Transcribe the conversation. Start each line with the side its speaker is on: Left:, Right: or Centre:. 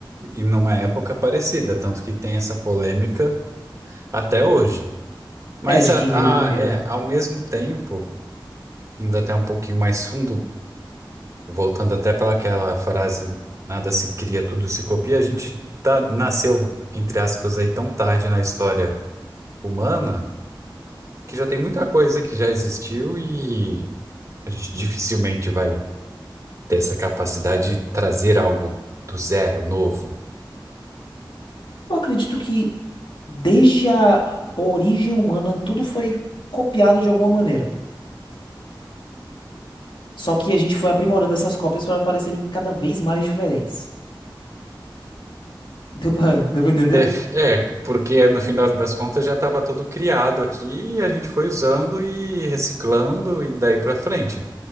Right: E numa época parecida, tanto que tem essa polêmica até hoje. Mas
Left: É de
Right: a,
Left: quem
Right: a-
Left: veio primeiro,
Right: é,
Left: né?
Right: ao mesmo tempo, indo até um pouquinho mais fundo, voltando até para aquela frase, nada se cria, tudo se copia, a gente tá, nasceu, entre aspas, aí tão tarde na história humana que já tem muita coisa que já existiu e a gente dificilmente vai ter essa capacidade de trazer algo do zero, novo.
Left: Eu acredito que desde a origem humana tudo foi copiado de alguma maneira. Só que a gente foi aprimorando essas cópias para parecerem cada vez mais diferentes. Deu pra, <laughs> deu pra entender?
Right: De- É, porque no fim das, das contas já estava tudo criado aqui e a gente foi usando e reciclando e daí para frente.